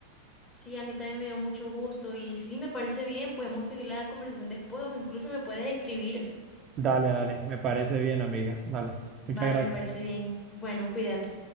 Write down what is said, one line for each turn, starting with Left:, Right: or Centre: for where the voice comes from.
Left: Sí, a mí también me dio mucho gusto y sí, me parece bien, podemos seguir la conversación después o incluso me puedes escribir.
Right: Dale, dale, me parece bien, amiga. Dale,
Left: Vale,
Right: muchas gracias.
Left: me parece bien. Bueno, cuídate.